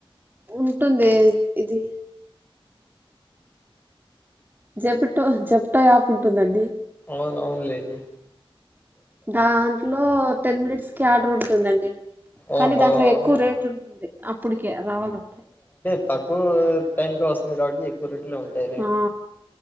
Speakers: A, on the right (about 20°); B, on the left (about 20°).
A: ఉంటుందే ఇది జపటో జప్టో యాప్ ఉంటుందండి
B: అవును అవున్లేండి
A: దాంట్లో టెన్ మినిట్స్ కి ఆర్డర్ ఉంటుందండి
B: ఓహో
A: కానీ దాంట్లో ఎక్కువ
B: అవునా
A: రేట్ ఉంటుంది అప్పడుకే రావాలంటే
B: నాకు టైం కి వస్తుంది కాబట్టి ఎక్కువ రే ట్లు ఉంటాయిలేండి
A: ఆ